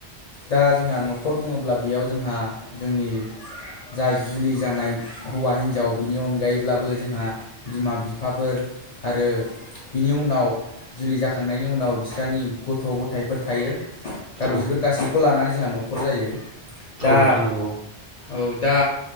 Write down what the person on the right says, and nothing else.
औ
औ नोंथां नंगौ।